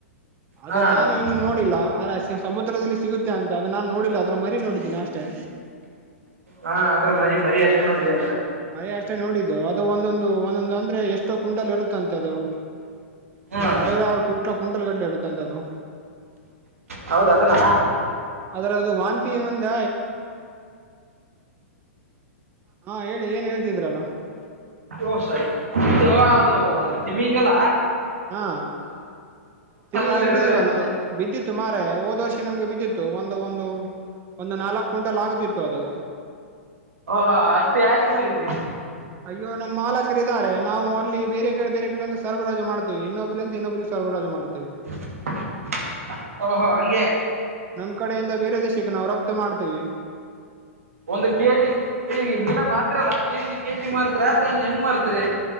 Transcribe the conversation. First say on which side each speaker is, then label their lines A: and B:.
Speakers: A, on the right (about 25°); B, on the right (about 85°).
A: ಅದು
B: ಹಾ
A: ನಾನು ಇನ್ನು ನೋಡಿಲ್ಲ ಅ ಸಮುದ್ರದಲ್ಲಿ ಸಿಗುತ್ತೆ ಅಂತ ಅದು ನಾನು ನೋಡಿಲ್ಲ ಅದ್ರ ಮರಿ ನೋಡಿ ಅಷ್ಟೇ
B: ಹಾ ಆದ್ರೂ ಮನ ಮರಿ ಎಷ್ಟು ನೋಡಿದೆ
A: ಮರಿ ಅಷ್ಟೇ ನೋಡಿದ್ದು ಅದು ಒಂದೊಂದು ಒಂದೊಂದು ಅಂದ್ರೆ ಎಷ್ಟೋ ಕ್ವಿಂಟಲ್ ಇರುತ್ತಂತೆ ಅದು
B: ಹ್ಮ್
A: ಸಾವಿರಾರ ಕುಂಟ್ಲ ಕುಂಟಲ್ ಗಟ್ಲೆ ಇರುತ್ತೆಂತ ಅದು
B: ಹೌದ ಅದನ್ನ
A: ಅದ್ರ ಅದು ವಾಂತಿ ಇಂದ ಹಾ ಹೇಳಿ ಏನ್ ಹೇಳ್ತಿದ್ರಲ್ಲ
B: ಓ ಸಾರಿ ಇದು ಅದು ಒಂದು ತಿಮಿಗಿಲ್ಲ
A: ಹಾ ತಿಮ್ಮಿಗಿಲ್ಲ
B: ಆದ್ರೂ
A: ಹಿಡಿದವ
B: ಹಿಡಿದ್ರ ಏನಂದೆ
A: ಬಿದ್ದಿತ್ತು ಮಾರ ಹೋದ್ ವರ್ಷ ನಮ್ಗೆ ಬಿದ್ದಿತ್ತು ಒಂದು ಒಂದು ಒಂದು ನಾಲ್ಕ್ ಕ್ವಿಂಟಲ್ ಆಗುತ್ತತ್ತು ಅದು
B: ಓಹಾ ಅಷ್ಟ ಯಾರಗ್ ಮರಿದ್ರಿ
A: ಅಯ್ಯೋ ನಮ್ಮ್ ಮಾಲಕರ ಇದಿದ್ದಾರೆ ನಾವುಲ್ಲಿೇರೆ ಕಡೆ ಬೇರೆ ಕಡೆೆಯಿಂದ ಸರಬರಾಜ ಮಾಡ್ತೀವಿ ಇನ್ನೊಬ್ಬರಿಂದ ಇನ್ನೊಬ್ಬರು ಸರ್ವರಾಜ ಕ್ಲೋಸ್ ಮಾಡ್ತೇವೆ
B: <inaudible> ಓಹೋ ಹಂಗೆ
A: ನಮ್ ಕಡೆಯಿಂದ ಬೇರೆ ದೇಶ ಚಕ್ಕ ನಾವು ರಫತ ಮಾಡ್ತೇವಿ
B: ಒಂದು ಕೆಜಿ ಈಗ ಮೀನ ಮಾಡ್ತಿರಲ್ಲ ಕೆಜಿ ಕೆಜಿ ಮ್ತರಿ ಆತ ಏನ್ ಹೆಂಗ್ ಮಾಡ್ತರಿ